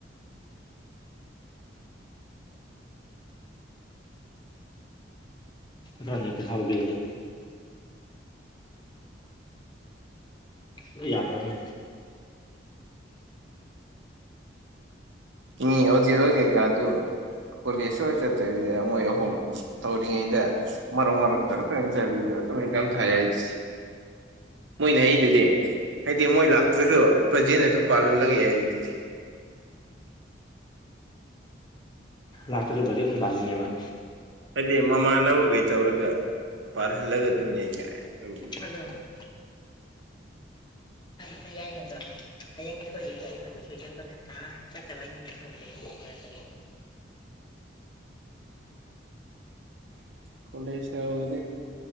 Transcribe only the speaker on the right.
ꯏ ꯑꯣꯖꯤꯠꯍꯣꯏ ꯀꯩꯀꯥꯗꯨ ꯀꯣꯂꯦꯖ ꯆꯠꯇꯕꯤꯗ ꯃꯣꯏ ꯑꯍꯨꯝ ꯇꯧꯔꯤꯉꯩꯗ ꯃꯔꯛ ꯃꯔꯛꯇ ꯑꯗꯨ ꯏ ꯆꯕꯤꯗꯣ ꯑꯗꯨ ꯏ ꯀ ꯊꯥꯏ ꯍꯥꯏꯔꯤꯁꯦ ꯃꯣꯏꯅ ꯍꯥꯏꯗꯨꯗꯤ ꯍꯥꯏꯗꯤ ꯃꯣꯏ ꯂꯥꯛꯇ꯭ꯔꯁꯨ ꯄ꯭ꯔꯖꯦꯟꯅ ꯑꯗꯨꯝ ꯄꯥꯜꯍꯜꯂꯒ ꯌꯥꯏ ꯍꯥꯏꯗꯨꯗꯤ
ꯍꯥꯏꯗꯤ ꯃꯃꯥꯟꯅꯕꯈꯩ ꯇꯧꯔꯒ ꯄꯥꯔꯍꯜꯂꯒ ꯑꯗꯨꯝ ꯌꯥꯏ ꯀꯥꯏ ꯇꯧꯔꯤ
ꯀꯂꯦꯖ ꯌꯧꯔꯗꯤ